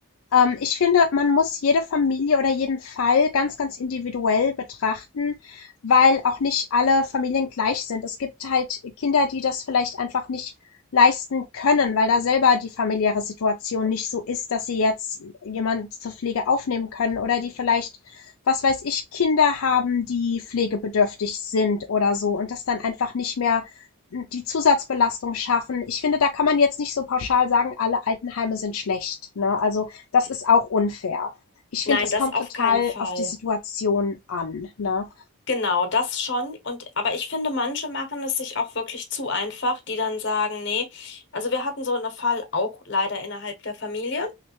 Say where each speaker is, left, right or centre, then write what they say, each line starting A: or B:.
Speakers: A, on the left (about 75°); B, on the left (about 50°).
A: Ähm, ich finde, man muss jede Familie oder jeden Fall ganz, ganz individuell betrachten, weil auch nicht alle Familien gleich sind. Es gibt halt Kinder, die das vielleicht einfach nicht leisten können, weil da selber die familiäre Situation nicht so ist, dass sie jetzt jemand zur Pflege aufnehmen können oder die vielleicht, was weiß ich, Kinder haben, die pflegebedürftig sind oder so und das dann einfach nicht mehr die Zusatzbelastung schaffen. Ich finde, da kann man jetzt nicht so pauschal sagen, alle Altenheime sind schlecht. Ne? Also das ist auch unfair. Ich finde,
B: nein,
A: es
B: das
A: kommt
B: auf
A: total
B: keinen Fall.
A: auf die Situation an. Ne?
B: Genau, das schon. Und, aber ich finde, manche machen es sich auch wirklich zu einfach, die dann sagen, nee. Also wir hatten so einen Fall auch leider innerhalb der Familie.